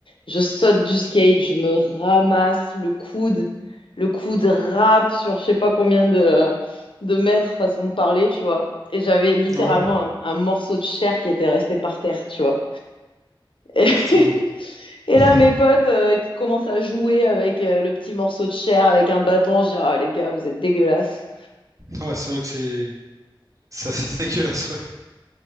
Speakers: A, on the left; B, on the right.
A: Je saute du skate, je me ramasse le coude, le coude rap sur je sais pas combien de, de mètres, façon de parler, tu vois. Et j'avais littéralement
B: Mm. Ouais.
A: un, un morceau de chair qui était resté par terre, tu vois. Et, <laughs>
B: Putain.
A: et
B: <laughs>
A: là, mes potes euh, qui commencent à jouer avec euh, le petit morceau de chair, avec un bâton, je dis, ah les gars, vous êtes dégueulasses.
B: Ouais, c'est vrai que c'est ça, c'est <laughs> dégueulasse. ouais.